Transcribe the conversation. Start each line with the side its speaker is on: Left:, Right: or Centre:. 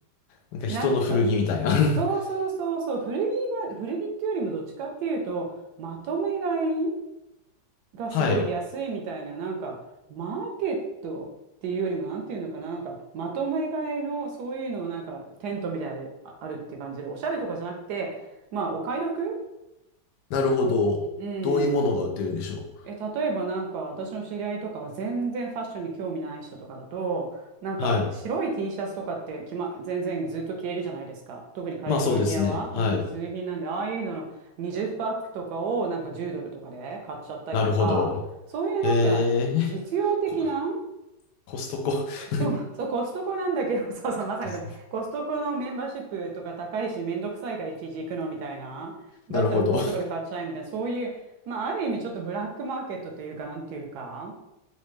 Left: なんか人の古着みたいな
Right: <laughs> なんか、
Left: <laughs>
Right: そうそうそうそう、古着が、古着っていうよりもどっちかっていうと、まとめ買いがすごい安いみたいな、
Left: はい。
Right: なんか、マーケットっていうよりも、なんていうのかな、なんか、まとめ買いの、そういうのをなんか、テントみたいでああるっていう感じで、おしゃれとかじゃなくて、まあ、お買い得
Left: なるほど。
Right: うん。
Left: どういうものが売ってるんでしょ
Right: え、例えばなんか私の知り合いとかは全然ファッションに興味ない人とかだと、なんか白い
Left: うはい。
Right: T シャツとかってきま、全然ずっと着れるじゃないですか。特にカリフォルニアは、
Left: まあそうですね。はい。
Right: うん、必需品なんで、ああいうのの20パックとかをなんか10ドルとかで買っちゃったりとか、
Left: なるほど。
Right: そういうなんか実用的な
Left: へえ、<laughs> コ、コストコ <laughs>
Right: そう、そう、コストコなんだけど、<laughs> そうそう、まさにそう、
Left: コス
Right: コストコのメンバーシップとか高いし、めんどくさいからいちいち行くのみたいな。だったらこういうとこで買っちゃえみたいな、
Left: なるほど。<laughs>
Right: そういう、まあ、ある意味ちょっとブラックマーケットというか、なんていうか、